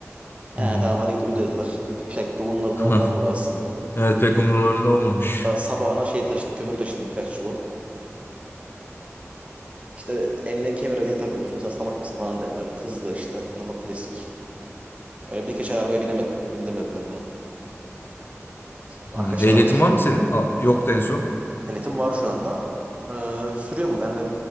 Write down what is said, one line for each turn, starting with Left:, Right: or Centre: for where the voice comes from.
Right: He
Left: Hı hı.
Right: tamam hadi git uyu dediler. Evet, Pek de onlarından
Left: Hah.
Right: olmadı aslında.
Left: Evet pek umurlarında olmamış.
Right: Daha sabahına şey taşıdım kömür taşıdım birkaç çuval. İşte emniyet kemeri niye takmıyorsun sen salak mısın falan dediler. Kızdılar işte ama klasik. Öyle birkaç ay arabaya binemedim. Bindirmediler beni. İşte Arkadaşların
Left: Hı. Ehliyetin
Right: arabası.
Left: var mı senin? Aa, yoktu en son.
Right: Ehliyetim var şu anda. Ee, sürüyor mu? Ben de